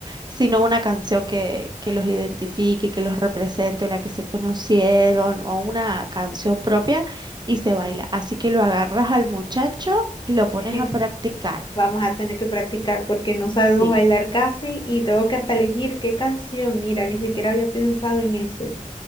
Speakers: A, on the right; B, on the left.
A: sino una canción que, que los identifique, que los represente, la que se conocieron o una canción propia y se baila. Así que lo agarras al muchacho y lo pones
B: <laughs>
A: a practicar.
B: Vamos a tener que practicar porque no sabemos
A: Sí.
B: bailar casi y tengo que hasta elegir qué canción. Mira, ni siquiera había pensado en eso.